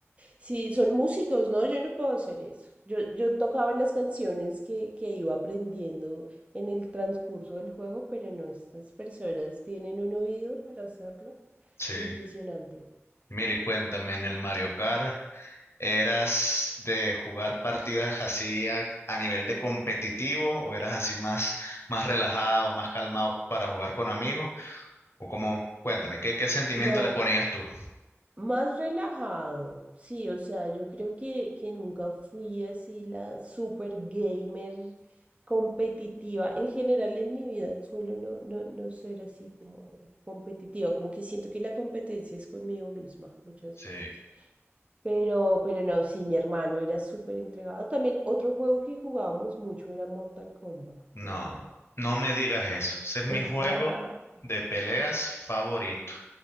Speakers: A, on the right; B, on the left.
A: Sí, son músicos, ¿no? Yo no puedo hacer eso. Yo, yo tocaba las canciones que, que iba aprendiendo en el transcurso del juego, pero no, estas personas tienen un oído para hacerlo.
B: Sí.
A: Impresionante.
B: Mira, y cuéntame, en el Mario Kart, ¿eras de jugar partidas así a, a nivel de competitivo o eras así más, más relajado, más calmado para jugar con amigos? O cómo, cuéntame, ¿qué, qué sentimiento
A: No,
B: le ponías tú?
A: Más relajado, sí, o sea, yo creo que, que nunca fui así la super gamer competitiva. En general en mi vida suelo no, no, no ser así como de competitiva, como que siento que la competencia es conmigo misma muchas
B: Sí.
A: veces. Pero, pero no, sí, mi hermano era súper entregado. También otro juego que jugábamos mucho era Mortal Kombat,
B: No,
A: por ejemplo.
B: no me digas eso. Ese es mi
A: <laughs>
B: juego de peleas favorito.